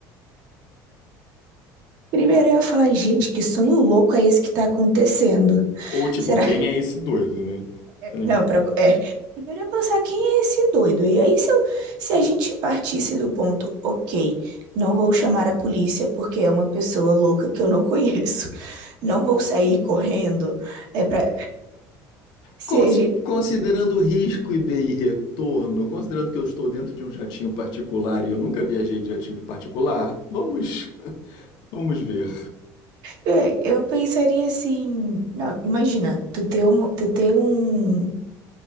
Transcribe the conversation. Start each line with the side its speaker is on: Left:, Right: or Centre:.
Right: Primeiro eu ia falar, gente, que sonho louco é esse que tá acontecendo? <laughs>
Left: Ou tipo,
Right: Será?
Left: quem é esse doido, né? Tá
Right: Não, pra... é. Primeiro eu ia pensar, quem é esse doido? E aí, se, eu- se a gente partisse do ponto, ok, não vou chamar a polícia porque é uma pessoa louca que eu não conheço. <laughs> Não vou sair correndo. É pra... Se
Left: Consi-
Right: a gente...
Left: Considerando risco e bem e retorno, considerando que eu estou dentro de um jatinho particular e eu nunca viajei de jatinho particular, vamos, <laughs> vamos ver.
Right: é, Eu pensaria assim... Não, imagina, tu ter um, tu ter um,